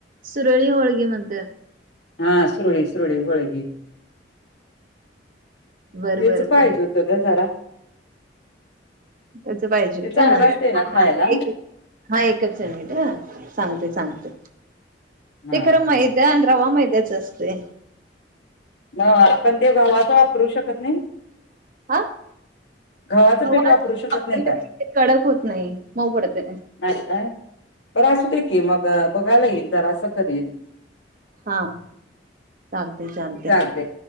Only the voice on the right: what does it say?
सुरळी होळगी म्हण
बर
बर
बर
त्याच पाहिजे होत
हा एक हा एकच मीनिट सांगते सांगते
ते खरं
मैदा आणि रवा मैद्याच असते
हा
गव्हा
वापरलं
की ते कडक होत नाही मऊ पडते
हा चालते चालते